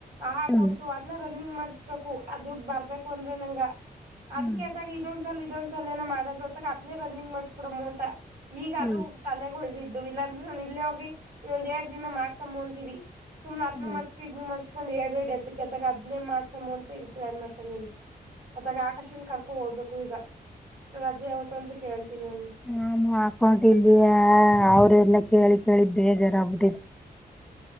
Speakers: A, on the right; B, in the centre.
A: ಆ ಹಾಕೊಂಟು.
B: ಹ್ಮ್
A: ರನ್ನಿಂಗ್ ಮಾಡಿಸ್ಬೇಕು ಅ ದುಡ್ಡು ಬರ್ಬೇಕು ಅಂದ್ರೆ ನಂಗ ಅದಕ
B: ಹ್ಮ್
A: ಆದಗ ಇದೊಂದ್ ಸಲ್ ಇದೊಂದ್ ಸಲ ಏನ ಮಾಡೋದತ್ತ ಅದನೇ ರನ್ನಿಂಗ್ ಮಾಡ್ಸ್ಬಿಡಮ್ಮ್ ಅಂತ ಈಗ
B: ಹ್ಮ್
A: ಅದು ತಲೆಗ ಉಳ್ದಿದ್ದು ಇಲ್ಲಾಂದ್ರೆ ನಾನ ಇಲ್ಲೇ ಹೋಗಿ ಇನೊಂದ್ ಎರಡ್ ದಿನ ಮಾಡ್ಸಮ್ಮ ಅಂತೀರಿ ಸುಮ್ನೆ ಅದನ್ನು
B: ಹ್ಮ್
A: ಮಾಡಸ್ ಇದ್ ಮಾಡ್ಸ್ಕೊಂಡ್ ಎರಡ್ ಎತ್ತಕ್ ಎತ್ತಕ್ ಅದನೇ ಮಾಡ್ಸಮ್ಮ ಅಂತ ಈಗ ಪ್ಲಾನ್ ಮಾಡ್ಕೊಂಡಿನಿ. ಅತಾಗ ಆಕಾಶನ್ ಕರ್ಕೋ ಹೋಗ್ಬೇಕು ಈಗ ರಜೆ ಯಾವತ್ತು ಅಂತ ಕೇಳ್ತೀನಿ ನನ್
B: ನಾಮ ಹಾಕೊಟಲ್ಯ ಅವ್ರಲ್ಲ ಕೇಳಿ ಕೇಳಿ ಬೇಜಾರಾಗ್ಬಿಟ್ಟಿದ್